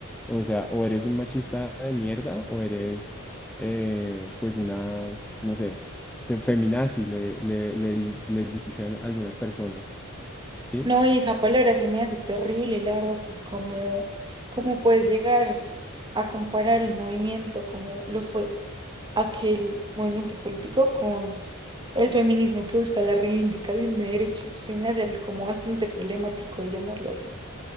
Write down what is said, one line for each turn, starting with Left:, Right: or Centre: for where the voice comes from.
Centre: o sea, o eres un machista de mierda o eres, eh, pues, una, no sé, se- feminazi, le, le- le di- les dicen algunas personas, ¿sí?
Right: No, y esa palabra se me hace terrible, la verdad, es como, cómo puedes llegar a comparar un movimiento como lo fue aquel movimiento político con el feminismo que busca la reivindicación de derechos. Se me hace algo como bastante problemático de llamarlo así.